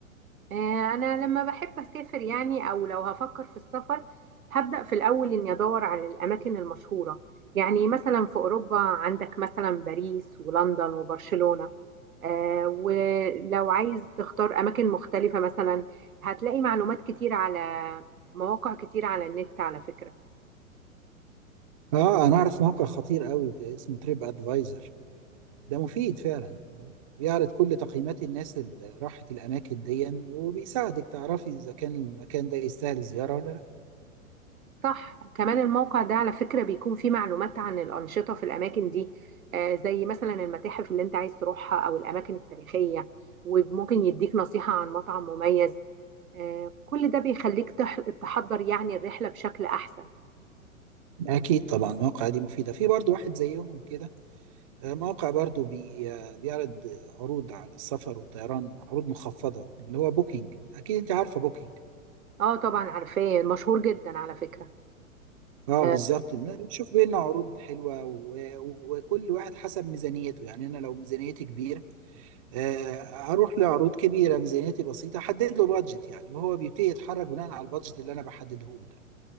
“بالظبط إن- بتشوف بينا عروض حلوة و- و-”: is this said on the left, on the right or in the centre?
Right